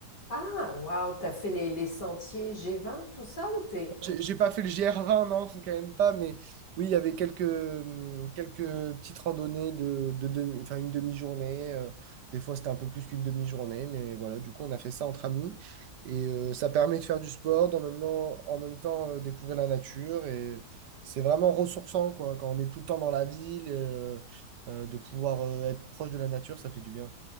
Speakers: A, on the left; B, on the right.
A: Ah, waouh, t'as fait les, les sentiers G20, tout ça ou t'es...
B: J'ai j'ai pas fait le GR20, non, faut quand même pas, mais oui, il y avait quelques, hum, quelques petites randonnées de, de demi- enfin, une demi-journée. euh, des fois, c'était un peu plus qu'une demi-journée, mais voilà, du coup, on a fait ça entre amis. Et euh, ça permet de faire du sport, en même temps, en même temps euh, découvrir la nature. Et c'est vraiment ressourçant, quoi, quand on est tout le temps dans la ville, euh, euh, de pouvoir euh, être proche de la nature, ça fait du bien.